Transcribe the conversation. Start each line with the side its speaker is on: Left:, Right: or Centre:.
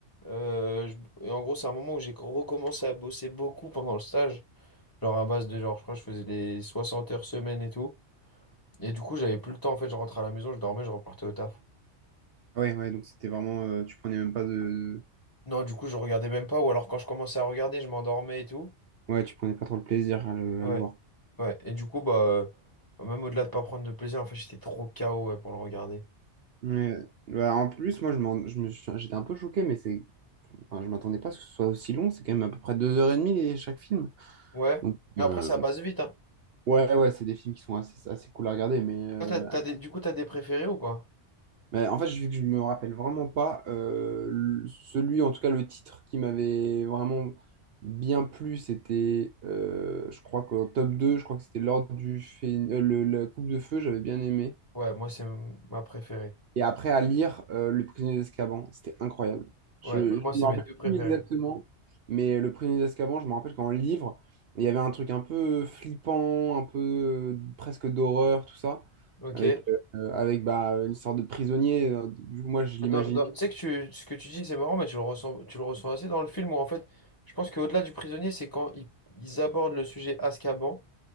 Left: euh, je- et en gros, c'est un moment où j'ai recommencé à bosser beaucoup pendant le stage, genre à base de genre, je crois, que je faisais des 60 heures semaine et tout. Et du coup, j'avais plus le temps, en fait, je rentrais à la maison, je dormais, je repartais au taf.
Right: Ah Ouais, ouais, donc c'était vraiment. euh, tu prenais même pas de.
Left: Non, du coup, je regardais même pas, ou alors quand je commençais à regarder, je m'endormais et tout.
Right: Ouais, tu prenais pas trop le plaisir à le,
Left: Ouais,
Right: à le voir.
Left: ouais. Et du coup, bah, euh, même au-delà de pas prendre de plaisir, en fait, j'étais trop KO, ouais, pour le regarder.
Right: Ouais. Bah, en plus, moi, je m'en- je me suis- j'étais un peu choqué, mais c'est. Enfin, je m'attendais pas à ce que ce soit aussi long. C'est quand même à peu près deux heures et demie les- chaque film.
Left: Ouais.
Right: Donc,
Left: Mais
Right: euh,
Left: Après, ça passe vite, hein.
Right: ouais, ouais, c'est des films qui sont assez, assez cool à regarder. Mais, euh,
Left: Toi, t'as- t'as des... Du coup, t'as des préférés ou pas?
Right: mais en fait, vu que je me rappelle vraiment pas euh, le- celui, en tout cas, le titre qui m'avait vraiment bien plu, c'était, euh, je crois qu'au top deux je crois que c'était l'ordre du Phé- euh, le- la Coupe de Feu, j'avais bien aimé.
Left: Ouais, moi, c'est m- ma préférée.
Right: Et après, à lire euh, Le Prisonnier d'Azkaban, c'était incroyable. Je
Left: Ouais,
Right: ne
Left: bah, moi, c'est
Right: me rappelle
Left: mes deux préférés.
Right: plus exactement, mais Le Prisonnier d'Azkaban, je me rappelle qu'en livre, il y avait un truc un peu flippant, un peu euh, presque d'horreur, tout ça,
Left: Ok.
Right: avec, euh, avec bah, une sorte de prisonnier, euh, vu que moi je l'imagine.
Left: Dans- dans- tu sais que tu, ce que tu dis, c'est marrant, mais tu le ressens, tu le ressens assez dans le film où, en fait, je pense qu'au-delà du prisonnier, c'est quand ils, ils abordent le sujet Azkaban.